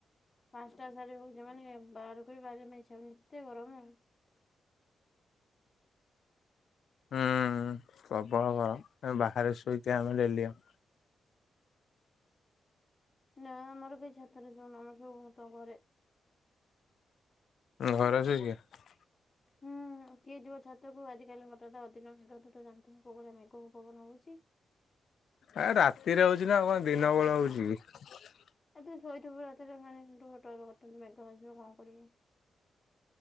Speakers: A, on the left; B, on the left.
A: ପାଞ୍ଚଟା ସାରେ ଯଉ ମାନେ ଯମା ବାହାରକୁ ବି ବାହାରି କୁ ଇଚ୍ଛା ହଉନି ଏତେ ଗରମ
B: ହୁଁ ପ୍ରବଳ ଗରମ ବାହାରେ ଶୋଇକି ଆମେ ଡେଲି ଆ
A: ନା ଆମର କେହି ଛାତରେ ଶୋଉନୁ ଆମର ସବୁ ତ ଘରେ।
B: ଘରେ ଅଛ ଅବିକା
A: ହୁଁ କିଏ ଯିବ ଛାତକୁ ଆଜି ଆଜି କାଲି ହଠାତ୍ ଅଦିନ ମେଘ ତୁତ ଜାଣିଥିବୁ କଉଭଳିଆ ମେଘ ପବନ ହଉଛି୍
B: ଏ ରାତିରେ ହଉଛି ନାଉ କଣ ଦିନ ବଳ ହଉଛି କି।
A: ଆ ତୁ ଶୋଇଥିବୁ ରାତିରେ ମାନେ ହଠାଥ ମେଘ ଆସିଯିବ ତୁ କଣ କରିବୁ?